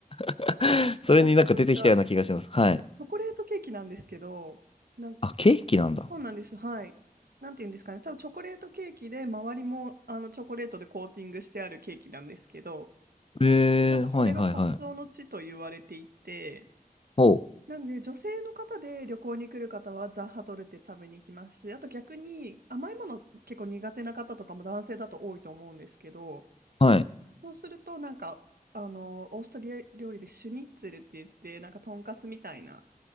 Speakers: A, on the left; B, on the right.
A: <laughs> それになんか出てきたような気がします。
B: ザハトルテは
A: はい。
B: チョコレートケーキなんですけど、なんか
A: あ、ケーキなんだ。
B: そうなんです。はい。なんて言うんですかね。多分チョコレートケーキで、周りもあのチョコレートでコーティングしてあるケーキなんですけど、
A: へえ、
B: なんかそれが発祥の地と言われていて、
A: はいはいはい。おう、
B: なので女性の方で旅行に来る方はザ・ハトルテ食べに行きますし、あと逆に甘いもの結構苦手な方とかも男性だと多いと思うんですけど、
A: はい。
B: そうするとなんか、あの、オーストリア料理でシュニッツェルって言って、なんかとんかつみたいな、